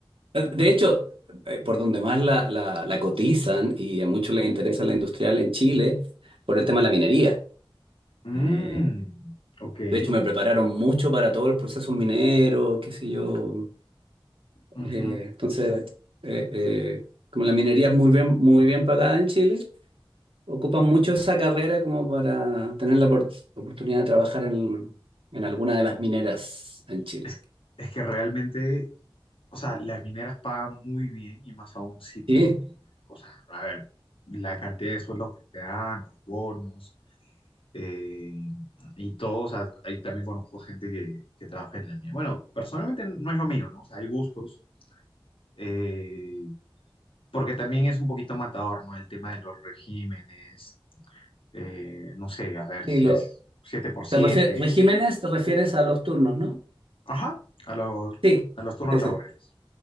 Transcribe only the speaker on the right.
De hecho, eh, por donde más la, la- la cotizan y a muchos les interesa la industrial en Chile, por
el tema de la minería.
Eh,
de hecho,
me prepararon mucho para todos los procesos mineros, qué sé yo.
Eh, entonces, eh, eh, como la minería es muy bien, muy bien pagada en Chile, ocupan mucho esa carrera como para tener la opor- oportunidad de trabajar en, en alguna de las mineras en Chile.
Sí,
sí,
lo,
te refie- regímenes te refieres a los turnos, ¿no?
Sí.
Sí,
sí,